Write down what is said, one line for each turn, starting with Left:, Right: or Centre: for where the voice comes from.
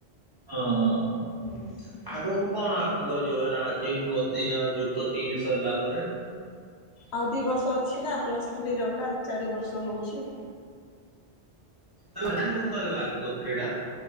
Right: ହଁ ଆଗକୁ
Left: ହୁଁ ଏଇଠିକା
Right: କଣ
Left: ପଡିବ।
Right: ଆପଣଙ୍କର ଯୋଜନା ଅଛି ପ୍ଲସ୍ ଥ୍ରି ଆଉ ଯୁକ୍ତ ତିନି ସରିଲା ପରେ?
Left: ଆଉ ଦିଇ ବର୍ଷ ଅଛି ନା ପ୍ଲସ୍ ଥ୍ରୀ ର ଏକା ଚାରି ବର୍ଷ ହଉଚି।
Right: ଚାରି ବର୍ଷ ହେଇଗଲା କି ପ୍ଲସ୍ ଥ୍ରି ଟା?